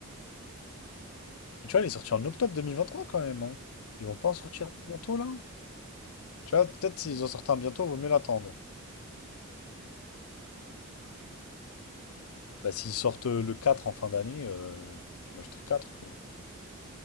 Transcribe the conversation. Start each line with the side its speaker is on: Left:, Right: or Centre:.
Right: Ouais, c'est ça, ça donne trop envie.
Left: Mais tu vois, il est sorti en octobre 2023 quand même. hein. Ils vont pas en sortir
Right: Ouais.
Left: bientôt là? Tu vois, peut-être s'ils en sortent un bientôt, vaut mieux l'attendre.
Right: Attendre d'acheter le dernier?
Left: Bah, s'ils sortent euh, le 4 en fin d'année, euh, bah, j'étais le 4 quoi.